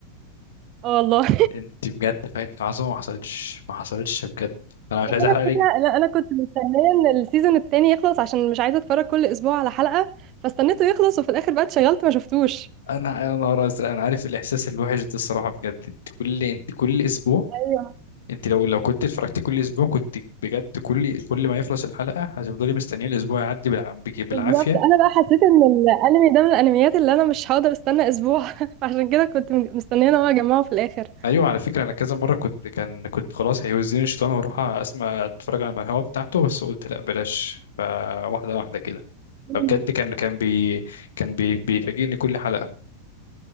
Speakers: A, on the right (about 35°); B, on the left (about 60°).
A: اه والله
B: أنت بجد فايتك عظمة ما حصلتش ما حصلتش بجد أنا مش
A: بس
B: عايز
A: انا
B: أحرق
A: الفكره
B: عليك
A: لا انا كنت مستنيه ان السيزون التاني يخلص عشان مش عايزه اتفرج كل اسبوع على حلقه فاستنيته يخلص وفي الاخر بقى اتشغلت ما شفتوش
B: أنا أنا نهار أزرق أنا عارف الإحساس الوحش ده الصراحة بجد أنت كل أنت كل أسبوع
A: ايوه
B: انت لو لو كنت اتفرجت كل اسبوع كنت بجد كل كل ما يخلص الحلقه هتفضلي مستنيه الاسبوع يعدي بالع- بج- بالعافيه
A: بالظبط انا بقى حسيت ان الانمي ده من الانميات اللي انا مش هقدر استنى اسبوع <laughs> فعشان كده كنت م- مستنيه ان هو يجمعه في الاخر
B: ايوه على فكره انا كذا مره كنت كان كنت خلاص هيوزيني الشيطان واروح اسمع اتفرج على الهوا بتاعته بس قلت لا بلاش فواحده واحده كده
A: مم.
B: فبجد كان كان بي كان بي بيفاجئني كل حلقه